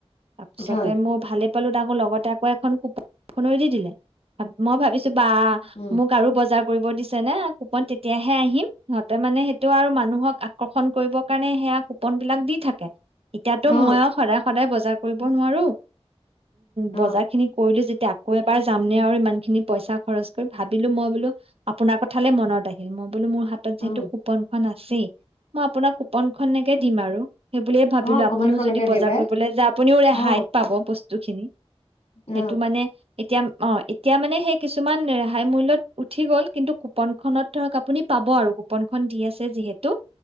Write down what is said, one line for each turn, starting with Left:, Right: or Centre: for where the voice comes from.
Right: তাৰপিছতে
Left: হয়
Right: মোৰ ভালে পালো, তাৰ আকৌ লগতে আকৌ এখন কুপন <unintelligible> ‌ দি দিলে। ভাবিছ মই ভা কিবা,
Left: উম
Right: মোক আৰু বজাৰ কৰিব দিছে নে কুপন তেতিয়াহে আহিম সিহতে মানে সেইটো আৰু মানুহক কৰ্ষণ কৰিবৰ কাৰণে সেয়া কুপন বিলাক দি থাকে। এতিয়াতো
Left: অ
Right: মই আও সদায় সদায় বজ বজাৰ কৰিব নোৱাৰো
Left: অ
Right: বজাৰ খিনি কৰিলোঁ যেত আকৌ এবাৰ যাম নে আৰু ইমান খিনি পইচা খৰচ কৰিম ভাবিলো মই বোলো আপোনাৰ কথালে মনত আহিল মই বোলো মোৰ হাতত
Left: অ
Right: যিহেতু কুপনখন আ ছি মই আপোনাৰ কুপনখননেকে দিম আৰু সেই বুলিয়ে ভাবিলো
Left: অ কমানখনকে
Right: আপুনিও যদি বজাৰ
Left: দিবা
Right: কৰিবলৈ যায় আপুনিও ৰেহাই
Left: অ
Right: পাব বস্তু টোখিনি
Left: অ
Right: সেইটো মানে এতিয়া অ এতিয়া মানে সেই কিছুমান ৰেহাই মূল্যত উঠি গল কিন্তু কুপন খত ধৰক আপুনি পাব আৰু কুপনখন দি আছে যিহেতু